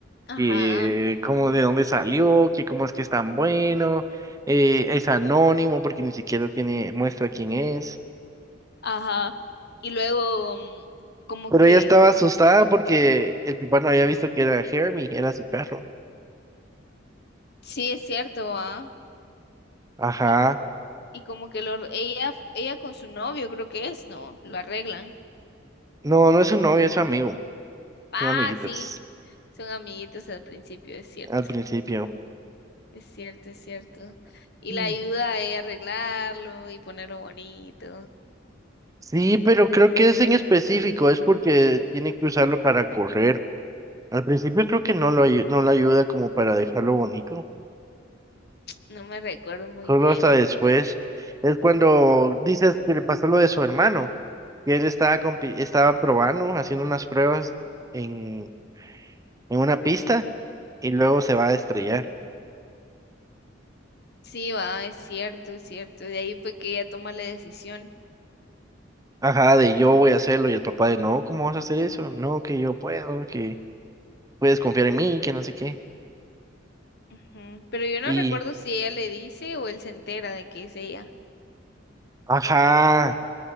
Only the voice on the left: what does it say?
Ajá,
ajá. Y luego, mm, como
que.
Sí, es cierto, ¿ah?
Y, y como que lo, ella, ella con su novio, creo que es, ¿no? Lo arreglan.
Ah,
sí. Son amiguitos al principio, es cierto.
Es cierto, es cierto. Y
la ayuda a ella a arreglarlo y ponerlo bonito.
No me recuerdo muy
bien.
Sí, va, es cierto, es cierto. De ahí fue que ella toma la decisión.
Ujú. Pero yo no
recuerdo si ella le dice o él se entera de que es ella.